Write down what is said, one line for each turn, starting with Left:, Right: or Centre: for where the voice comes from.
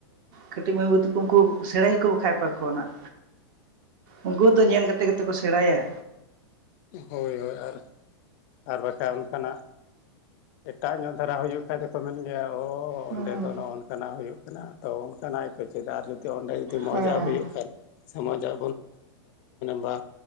Right: ᱠᱟᱹᱴᱤᱡ ᱢᱟᱹᱭ ᱵᱟᱹᱩ ᱛᱟᱠᱚ ᱩᱱᱠᱩ ᱥᱮᱬᱮ ᱟᱠᱚ ᱚᱠᱟ ᱠᱷᱚᱡ ᱠᱷᱚᱱᱟᱜ ᱩᱱᱠᱩ ᱦᱚᱸ ᱛᱚ ᱧᱮᱞ ᱠᱟᱛᱮ ᱜᱮᱛᱚ ᱠᱚ ᱥᱮᱬᱟᱭᱟ᱾
Left: ᱦᱳᱭ ᱦᱳᱭ ᱟᱨ ᱟᱨ ᱵᱟᱠᱟᱱᱡ ᱚᱱᱠᱟᱱᱟᱜ ᱮᱴᱟᱜ ᱧᱚᱜ ᱫᱷᱟᱨᱟ ᱦᱩᱭᱩᱜ ᱠᱷᱟᱡ ᱫᱚᱠᱚ ᱢᱮᱱ ᱜᱮᱭᱟ ᱚᱻ
Right: ᱦᱩᱸ
Left: ᱚᱸᱰᱮ ᱫᱚ ᱱᱚᱜᱼᱚ ᱱᱚᱝᱠᱟᱱᱟᱜ ᱦᱩᱭᱩᱜ ᱠᱟᱱᱟ᱾ ᱛᱚ ᱚᱱᱠᱟᱱᱟᱜ ᱜᱮ ᱠᱚ ᱪᱮᱫᱟ ᱟᱨ ᱡᱩᱫᱤ ᱚᱸᱰᱮ ᱡᱩᱫᱤ ᱢᱚᱡᱟᱜ
Right: ᱦᱮᱸ
Left: ᱦᱩᱭᱩᱜ ᱠᱷᱟᱱ <inaudible> ᱢᱮᱱᱟ ᱵᱟ